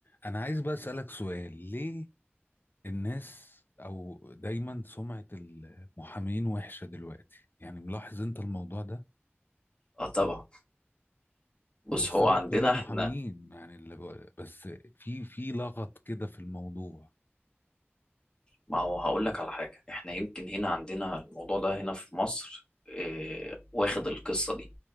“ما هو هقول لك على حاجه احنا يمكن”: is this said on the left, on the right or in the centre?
Left